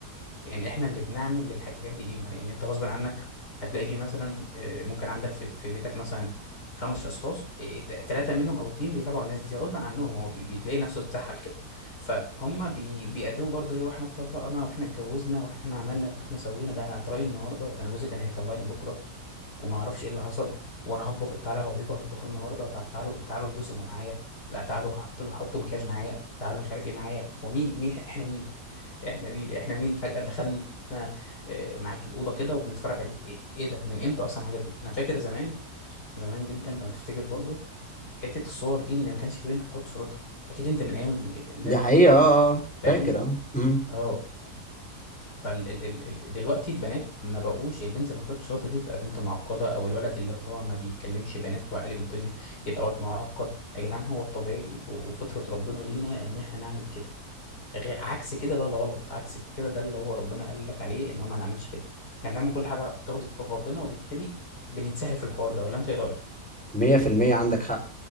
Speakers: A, on the left; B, in the centre.
A: يعني احنا اللي بنعمل للحاجات دي قيمة يعني انت غصب عنك هتلاقي في مثلا آه، ممكن عندك في في بيتك مثلا خمس اشخاص ثلاثة منهم او اتنين بيتابعوا الناس دي غصب عنهم هو بي- بتلاقي نفسه اتسحل كده فهم بي بيقدموا برضه ايه واحنا اتطلقنا واحنا اتجوزنا واحنا عملنا واحنا سوينا ده انا هتراي النهارده ده انا جوزي كان هيطلقني بكره وما اعرفش ايه اللي حصل وانا هطبخ تعالى هوريكم هطبخ النهارده طب تعالوا تعالوا البسوا معايا لا تعالوا حطوا له حطوا مكياج معايا تعالوا مش عارف ايه معايا هو مين مين احنا مين احنا مين احنا مين فجأة دخلنا آه، معاك الأوضة كده وبنتفرج عليك ايه ايه ده من امتى اصلا الحاجات دي انا فاكر زمان زمان جدا لو تفتكر برضو حتة الصور دي ان ما كانش في بنت بتحط صورتها اكيد انت من ايام ال- ال- الناس
B: ده حقيقة اه
A: دي
B: آه، آه،
A: فاهمني
B: فاكر اه مم.
A: اه فال ال ال ال دلوقتي البنات ما بقوش البنت اللي بتحط صورتها دي تبقى بنت معقدة او الولد اللي هو ما بيكلمش بنات وقالب الدنيا يبقى واد معقد يا جدعان هو الطبيعي و- وفطرة ربنا لينا ان احنا نعمل كده غير عكس كده ده غلط عكس كده ده اللي هو ربنا قال لك عليه ان هو ما نعملش كده احنا بنعمل كل حاجه تغضب ربنا وبالتالي بنتسهل في الحوار ده ولا انت ايه رايك
B: مية في المية عندك حق